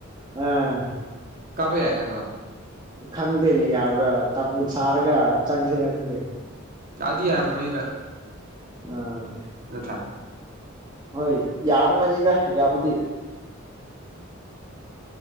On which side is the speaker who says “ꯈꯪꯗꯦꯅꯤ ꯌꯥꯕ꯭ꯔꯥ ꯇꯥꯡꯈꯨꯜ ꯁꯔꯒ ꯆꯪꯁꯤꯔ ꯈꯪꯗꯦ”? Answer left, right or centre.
Right